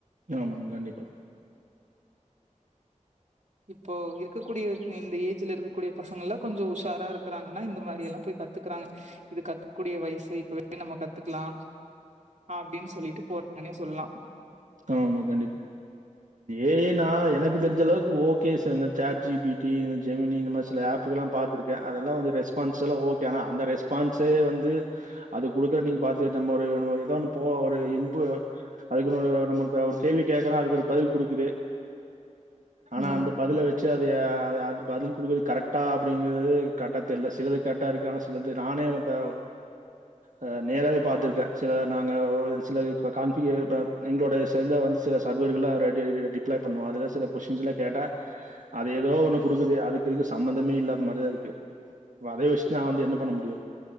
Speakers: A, on the right; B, on the right.
A: ஆமாங்க கண்டிப்பா
B: இப்போ இருக்கக்கூடிய இந்த ஏஜ்ல இருக்கக்கூடிய பசங்கள் எலா கொஞ்சோ உஷாரா இருக்கிறாங்கன்னா இந்த மாரி எல்லா போய் கத்துக்கறாங்க இது கத்துக்கக்கூடிய வயசு இப்பவே நம்ம கத்துக்கலா அப்டின்னு சொல்லிட்டு போறேனே சொல்லலா
A: ஆமா ஆமா கண்டிப்பா ஏ ஐ னா எனக்கு தெரிஞ்ச அளவுக்கு ஓகே சார் இந்த சட்ஜிபிடி இந்த ஜெமீனி இந்தமாரி சில ஆப்பு எல்லா பா்த்திருக்கே அதெல்லா கொஞ்சோ ரெஸ்பான்ஸ் எல்லா ஓகே ஆனா அந்த ரெஸ்பான்ஸே வந்து அது கொடுக்குறன்னைக்கு பாத்த நம்ம ஒரு நம ஏதோ ஒன்னு போ ஒரு இன்பு அதுக்குன் <inaudible> நம்மளுக்கு ஒரு கேள்வி கேக்குறோ அதுக்கு அது பதில் குடுக்குது ஆனா
B: ம்
A: அந்த பதில வச் சி அது அது பதில் குடுக்குறது கரெக்ட்டா அப்டிங்கிறது கரெக்ட்டா தெரில சிலது கரெக்ட்டா இருக்கு ஆனா சிலது நானே இப்ப ஆ நேராவே பார்த்துருக்கே சில நாங்க சில கான் ஃபிகர் எங்களுடைய செல்ல வந்து சில சர்வர்கள்லா ரெடி டிப்ளை பண்ணுவோ அதுல சில கொஸ்டின்ஸ்லா கேட்டா அது ஏதோ ஒண்ணு குடுக்குது அதுக்கு இதுக்கு சம்மந்தமே இல்லாத மாரிதா இருக்கு அதயு வச்சுட்டு நா வந்து என்ன பண்ண முடியு